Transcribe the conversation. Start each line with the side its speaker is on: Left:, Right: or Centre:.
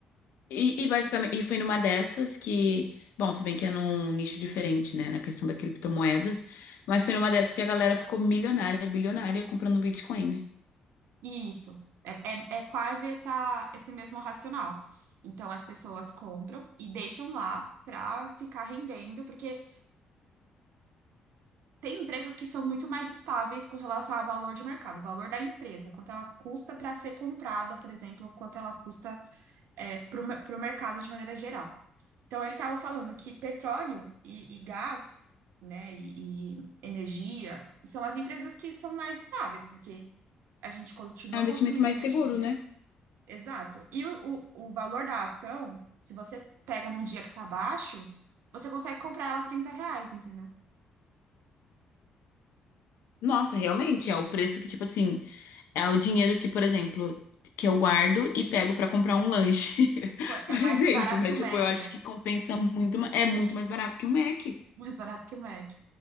Left: E, e basicamente, e foi numa dessas que, bom, se bem que é num nicho diferente, né, na questão da criptomoedas, mas foi numa dessas que a galera ficou milionária, bilionária comprando Bitcoin, né?
Right: Isso. É, é, é quase essa, esse mesmo racional. Então, as pessoas compram e deixam lá para ficar rendendo, porque tem empresas que são muito mais estáveis com relação ao valor de mercado, o valor da empresa, quanto ela custa para ser comprada, por exemplo, quanto ela custa para o mercado de maneira geral. Então, ele estava falando que petróleo e, e gás, né, e, e energia são as empresas que são mais estáveis, porque a gente continua
Left: É um
Right: consumindo
Left: investimento mais
Right: energia.
Left: seguro, né?
Right: Exato. E o, o, o valor da ação, se você pega num dia que tá baixo, você consegue comprar ela a 30 reais, entendeu?
Left: Nossa, realmente, é o preço que, tipo assim, É o dinheiro que, por exemplo, que eu guardo e pego pra comprar um lanche, <laughs>
Right: Pô, é
Left: por
Right: mais
Left: exemplo.
Right: barato
Left: Mas,
Right: que o
Left: tipo,
Right: Mac,
Left: eu acho
Right: né?
Left: que compensa muito, ma- é muito mais barato que um Mac.
Right: Mais barato que o Mac.